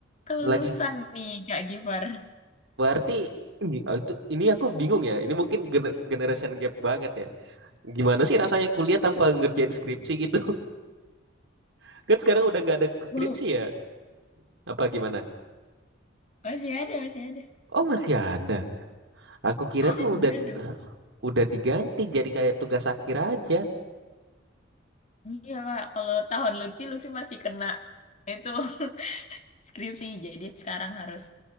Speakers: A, on the left; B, on the right.
A: kelulusan
B: lagi
A: nih Kak Gifar.
B: berarti ini oh, itu ini aku bingung ya. Ini mungkin gener- generation gap banget ya. Gimana sih rasanya kuliah tanpa ngerjain skripsi gitu? <laughs> Kan sekarang udah nggak ada skripsi
A: Wow,
B: ya? Apa gimana?
A: masih ada, masih ada.
B: Oh masih ada. Aku kira
A: Ada
B: tuh udah
A: dong.
B: udah diganti jadi kayak tugas akhir aja.
A: Iya Kak, kalau tahun Lutfi, Lutfi masih kena itu <laughs> skripsi. Jadi sekarang harus